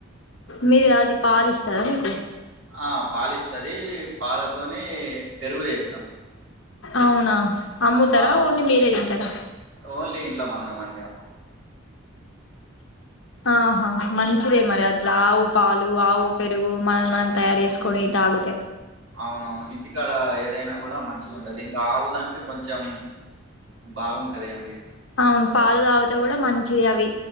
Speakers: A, on the left; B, on the right.
A: మీరు అది పాలు ఇస్తాది మీకు
B: ఆ పాలిస్తది పాలతోనే పెరుగు చేస్తాం
A: అవునా అమ్ముతారా
B: ఆ
A: ఓన్లీ మీరే తింటారా
B: ఓన్లీ ఇంట్లో వంద మంది అమ్మం
A: ఆహా మంచిదే
B: హ్మ్.
A: మరి అది ఇట్లా ఆవు పాలు ఆవు పెరుగు మన మనం తయారు చేసుకుని తాగుతే
B: అవునవును ఇంటికాడ ఏదైనా కూడా మంచిగా ఉంటది ఇంకా ఆవుదంట కొంచెం బాగుంటుంది కాండి
A: అవును పాలు తాగితే కూడా మంచిది అవి